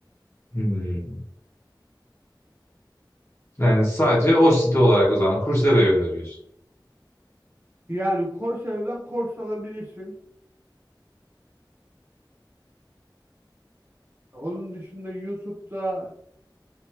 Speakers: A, on the left; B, on the right.
A: Hmm. Yani sadece o site olarak o zaman Coursera'ya yöneliyorsun.
B: Yani Coursera'dan kurs alabilirsin. Onun dışında YouTube'da